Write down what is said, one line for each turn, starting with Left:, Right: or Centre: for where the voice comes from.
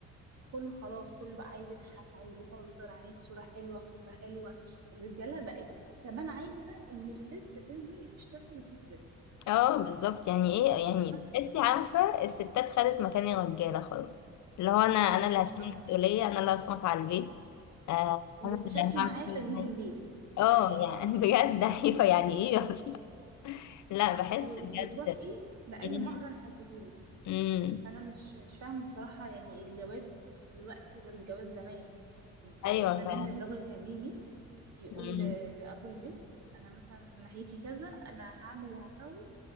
Right: كله خلاص كله بقى عايز يضحك عايز يهزر عايز صورة حلوة خروجة حلوة الرجالة بقت كمان عايزة إن الست تنزل تشتغل وتصرف
Left: اه بالظبط يعني ايه يعني
Right: فاهمة
Left: بتحسي عارفه الستات خدت مكان الرجاله خلاص اللي هو انا انا
Right: بالظبط
Left: اللي هشيل المسؤوليه انا اللي هصرف على البيت آه
Right: وتشاركي
Left: انا اللي هعمل
Right: معايا
Left: كل
Right: في تجهيز
Left: حاجه
Right: البيت
Left: اه
Right: كمان
Left: يعني <laughs> بجد ايوه يعني ايه اصلا لا بحس
Right: و-
Left: بجد
Right: وتوافقي بأي
Left: مم.
Right: مهر أنا هديهولك
Left: مم.
Right: فانا مش مش فاهمه بصراحه يعني الجواز دلوقتي غير الجواز زمان
Left: ايوه
Right: زمان
Left: فعلا
Right: الراجل كان يجي يقول
Left: مم.
Right: ل- لابو البنت انا مثلا محيتي كذا انا هعمل وهسوي